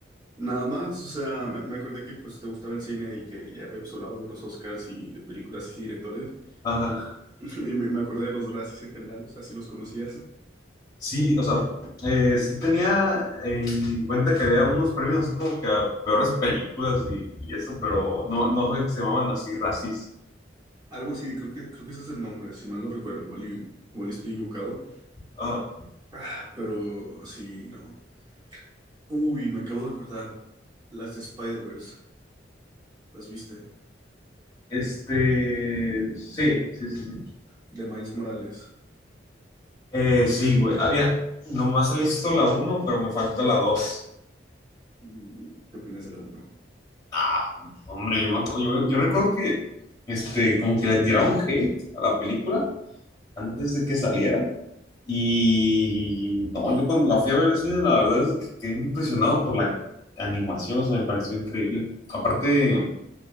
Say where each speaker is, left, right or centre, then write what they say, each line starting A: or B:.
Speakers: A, on the right; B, on the left.
A: Nada más, o sea, me, me acordé que pues te gustaba el cine y que ya habíamos hablado de los Oscars y de películas y directores.
B: Ajá.
A: <laughs> Y me, me acordé de los racis en general, o sea, si los conocías.
B: Sí, o sea, eh, sí tenía en cuenta que había unos premios así como que a peores películas y, y eso, pero no, no sabía que se llamaban así, racis.
A: Algo así, creo que, creo que ese es el nombre, si mal no recuerdo, igual, y- igual estoy equivocado.
B: Ajá.
A: Ah, pero sí, no. Uy, me acabo de acordar. Las de Spider-Verse, ¿las viste?
B: Este, sí, sí, sí, sí.
A: De Miles Morales.
B: Eh, sí, güey. Había, nomás he visto la uno pero me falta la dos
A: Uh, ¿Qué opinas de la uno
B: Ah, hombre, yo, me, acu- yo, yo recuerdo que este, como que le tiraron hate a la película antes de que saliera. Y no, yo cuando la fui a ver al cine, la verdad es que quedé impresionado por la animación, o sea, me pareció increíble. Aparte,